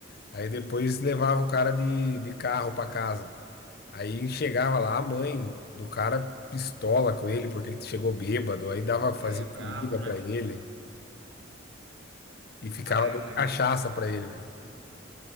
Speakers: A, on the left (about 50°); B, on the right (about 60°).
A: aí depois levava o cara de, de carro pra casa. Aí chegava lá a mãe do cara pistola com ele porque ele chegou bêbado, aí dava fazia
B: É, bravo,
A: comida
B: né?
A: pra ele e ficava
B: Ah,
A: dando
B: eu lembro.
A: cachaça pra ele, velho.